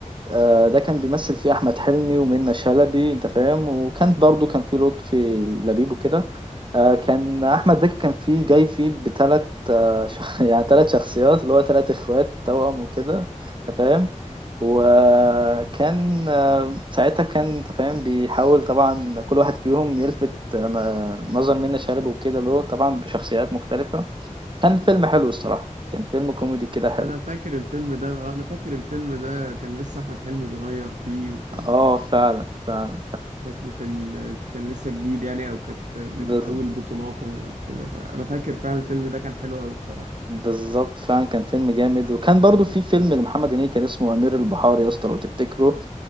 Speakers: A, on the right; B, on the right.
A: آه، ده كان بيمثل فيه احمد حلمي ومنة شلبي انت فاهم وكان برضو كان فيه لطفي لبيب وكده آه، كان احمد زكي كان فيه جاي فيه بثلاث آه، ش- <laughs> يعني ثلاث شخصيات اللي هو ثلاث اخوات توأم وكده انت فاهم وكان آه، ساعتها كان انت فاهم بيحاول طبعا كل واحد فيهم يلفت آه، نظر منة شلبي وكده اللي هو طبعا بشخصيات مختلفة كان فيلم حلو الصراحة كان فيلم كوميدي كده حلو
B: انا فاكر الفيلم ده آه، انا فاكر الفيلم ده كان لسه احمد حلمي صغير فيه وكان
A: اه فعلا فعلا
B: شكله كان كان لسه جديد يعني او كانت من
A: فعلا
B: اول بطولاته وكده انا فاكر فعلا الفيلم ده كان حلو قوي بصراحة
A: بالظبط فعلا كان فيلم جامد وكان برضو في فيلم لمحمد هنيدي كان اسمه أمير البحار يا اسطى لو تفتكره